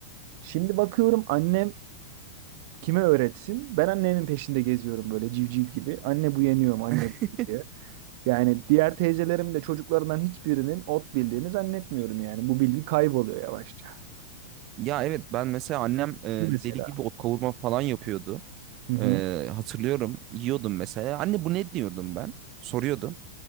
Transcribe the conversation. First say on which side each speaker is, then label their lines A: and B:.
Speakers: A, on the right; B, on the right.
A: Şimdi bakıyorum annem Kime öğretsin? Ben annemin peşinde geziyorum böyle civciv gibi. Anne bu yeniyor mu? Anne
B: <laughs>
A: bu diye. Yani diğer teyzelerimin de çocuklarından hiçbirinin ot bildiğini zannetmiyorum yani. Bu bilgi kayboluyor yavaşça.
B: Ya evet ben mesela annem e,
A: Şu mesela.
B: deli gibi ot kavurma falan yapıyordu.
A: Hı hı.
B: E, hatırlıyorum yiyordum mesela. Anne bu ne diyordum ben? Soruyordum.